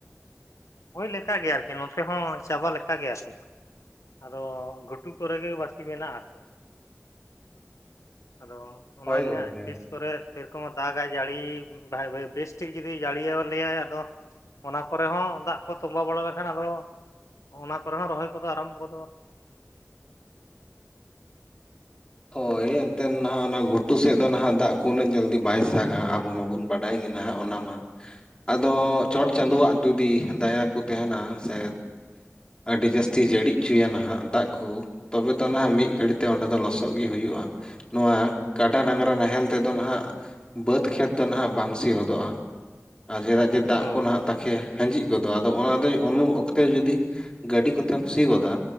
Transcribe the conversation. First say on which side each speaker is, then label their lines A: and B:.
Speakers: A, on the left; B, on the left.
A: ᱦᱩᱭ ᱞᱮᱠᱟᱜᱮ ᱟᱨᱠᱤ ᱱᱚᱛᱮ ᱦᱚᱸ ᱪᱟᱵᱟ ᱞᱮ ᱞᱮᱠᱟ ᱜᱮ ᱟᱨᱠᱤ ᱟᱫᱚ ᱜᱷᱩᱴᱩ ᱠᱚᱨᱮ ᱜᱮ ᱵᱟᱠᱤ ᱢᱮᱱᱟᱜᱼᱟ ᱟᱨᱠᱤ ᱟᱫᱚ ᱚᱱᱟᱜᱮ
B: ᱦᱳᱭ ᱜᱚᱝᱠᱮ
A: ᱦᱟᱸᱜ ᱛᱤᱥ ᱠᱚᱨᱮ ᱥᱮᱨᱚᱠᱚᱢ ᱫᱟᱜᱟᱭ। ᱡᱟᱹᱲᱤ ᱵᱷᱟ ᱵᱮᱥᱴᱷᱤᱠ ᱡᱩᱫᱤ ᱡᱟᱲᱤᱣᱟ ᱞᱮᱟᱭ ᱟᱫᱚ ᱼᱼ ᱚᱱᱟ ᱠᱚᱨᱮ ᱦᱚᱸ ᱫᱟᱜ ᱠᱚ ᱛᱚᱸᱵᱟ ᱵᱟᱲᱟ ᱞᱮᱠᱷᱟᱱ, ᱟᱫᱚ ᱚᱱᱟ ᱠᱚᱨᱮ ᱦᱚᱸ ᱨᱚᱦᱚᱭ ᱠᱚᱫᱚ ᱟᱨᱟᱢᱵᱚ ᱜᱚᱫᱚᱜᱼᱟ।
B: ᱦᱳᱭ ᱮᱱᱛᱮᱫ ᱱᱟᱦᱟᱜ ᱚᱱᱟ ᱜᱷᱩᱴᱩ ᱥᱮᱫ ᱫᱚ ᱱᱟᱦᱟᱜ ᱫᱟᱜ ᱠᱚ ᱩᱱᱟᱹᱜ ᱡᱚᱞᱫᱤ ᱵᱟᱭ ᱥᱟᱜᱟ, ᱟᱵᱚ ᱢᱟᱵᱚᱱ ᱼᱼ ᱵᱟᱰᱟᱭ ᱜᱮ ᱱᱟᱦᱟᱜ ᱚᱱᱟ ᱢᱟ। ᱟᱫᱚ ᱪᱚᱴ
A: ᱦᱳᱭ
B: ᱪᱟᱸᱫᱳᱣᱟᱜ ᱡᱩᱫᱤ ᱫᱟᱭᱟ ᱠᱚ ᱼᱼ ᱛᱟᱦᱮᱱᱟ ᱥᱮ ᱼᱼ ᱟᱹᱰᱤ ᱡᱟᱹᱟᱥᱛᱤ ᱡᱟᱹᱲᱤᱪᱚᱭᱟ ᱱᱟᱦᱟᱜ ᱫᱟᱜ ᱠᱚ, ᱛᱚᱵᱮ ᱫᱚ ᱱᱦᱟᱜ ᱢᱤᱫ ᱜᱷᱟᱹᱲᱤᱡ ᱛᱮ ᱚᱸ ᱫᱚ ᱞᱚᱥᱚᱫ ᱼᱼ ᱚᱜ ᱜᱮ ᱦᱩᱭᱩᱜᱼᱟ। ᱱᱚᱣᱟ ᱠᱟᱰᱟ
A: ᱦᱳᱭ
B: ᱰᱟᱝᱨᱟ ᱱᱟᱦᱮᱞ ᱼᱼ ᱛᱮᱫᱚ ᱱᱟᱦᱟᱜ ᱵᱟᱹᱫᱽ ᱠᱷᱮᱛ ᱫᱚ ᱱᱟᱦᱟᱜ ᱵᱟᱝ ᱥᱤ ᱦᱚᱫᱚᱜᱼᱟ। ᱟᱨ ᱪᱮᱫᱟᱜ ᱡᱮ ᱫᱟᱜ
A: ᱦᱳᱭ
B: ᱠᱚ ᱱᱟᱦᱟᱜ ᱛᱟᱠᱷᱮ ᱟᱸᱡᱮᱫ ᱜᱚᱫᱚᱜᱼᱟ। ᱟᱫᱚ ᱚᱱᱟ ᱫᱚ ᱩᱱ ᱚᱠᱛᱮ ᱡᱚᱫᱤ ᱜᱟᱹᱰᱤ ᱠᱚᱛᱮᱢ ᱥᱤ ᱜᱚᱫᱟ,